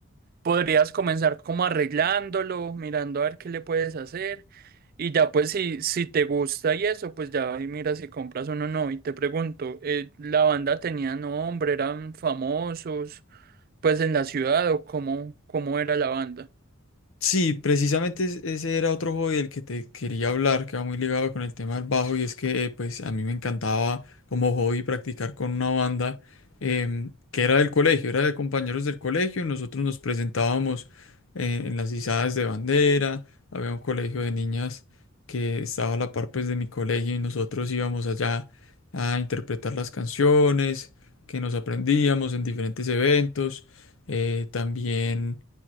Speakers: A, on the right; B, on the left.
A: podrías comenzar como arreglándolo, mirando a ver qué le puedes hacer y ya pues si, si te gusta y eso, pues ya ahí mira si compras uno o no. no. Y te pregunto, eh, ¿la banda tenía nombre, eran famosos pues en la ciudad o cómo, cómo era la banda?
B: Sí, precisamente es- ese era otro hobby del que te quería hablar, que va muy ligado con el tema del bajo, y es que eh, pues a mí me encantaba como hobby practicar con una banda em, que era del colegio, era de compañeros del colegio, y nosotros nos presentábamos eh, en las izadas de bandera, había un colegio de niñas que estaba a la par pues de mi colegio y nosotros íbamos allá a interpretar las canciones que nos aprendíamos en diferentes eventos, eh, también